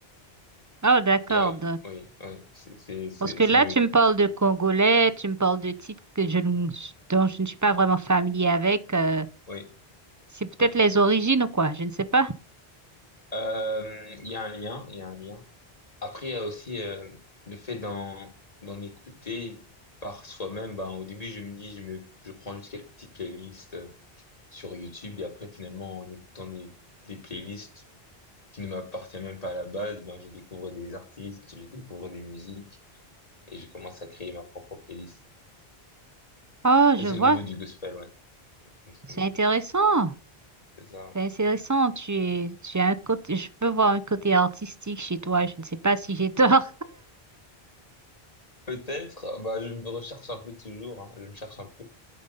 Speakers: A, on the right (about 25°); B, on the left (about 40°).
A: Oh, d'accord.
B: Et ah, oui, oui, c'est c'est c'est
A: Parce que
B: c'est
A: là,
B: de mes
A: tu me parles de Congolais, tu me parles de titres que je, ne- dont je ne suis pas vraiment familier avec. euh,
B: oui.
A: c'est peut-être
B: ouais.
A: les origines ou quoi, je ne sais pas.
B: Euh, Il y a un lien, il y a un lien. Après, il y a aussi euh, le fait d'en d'en écouter par soi-même. Ben, au début, je me dis, je me, je prends juste quelques petites playlists euh, sur YouTube et après, finalement, en écoutant des, des playlists qui ne m'appartiennent même pas à la base, ben, je découvre des artistes, je découvre des musiques et je commence à créer ma propre playlist.
A: Oh,
B: Ça,
A: je
B: c'est
A: vois,
B: au niveau du gospel, ouais. C'est
A: c'est
B: Au niveau
A: intéressant.
B: du- C'est ça. ouais.
A: C'est intéressant, tu es, tu as un côté, je peux voir un côté artistique chez toi, je ne sais pas si j'ai tort.
B: Peut-être, bah, je me recherche un peu toujours, hein, je me cherche un peu,